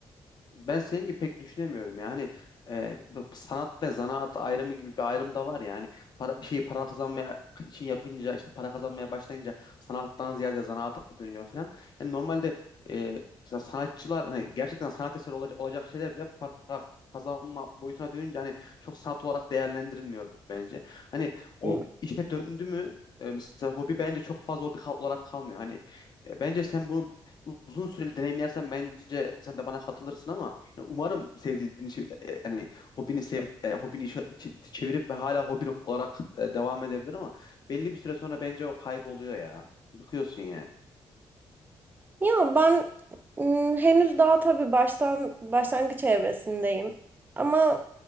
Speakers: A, on the left; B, on the right.
A: Ben senin gibi pek düşünemiyorum ya. Hani e, bu sanat ve zanaat ayrımı gibi bir ayrım da var ya. Hani para, bir şeyi para kazanmaya için yapınca işte para kazanmaya başlayınca sanattan ziyade zanaata dönüyor falan. Yani normalde e, mesela sanatçılar hani gerçekten sanat eseri olacak, olacak şeyler bile para kazanma boyutuna dönünce hani çok sanat olarak değerlendirilmiyor bence. Hani o
B: Hı.
A: işe döndü mü e, mesela hobi bence çok fazla hobi kal- olarak kalmıyor. Hani e, bence sen bunu uzun süreli deneyimlersen bence sen de bana katılırsın ama yani umarım sevdiğin işi e, e, yani hobini sev e, hobini işe ç- çevirip ve hala hobin olarak e, devam edebilir ama belli bir süre sonra bence o kayboluyor ya. Bıkıyorsun yani.
B: Ya ben ım, henüz daha tabii baştan başlangıç evresindeyim. Ama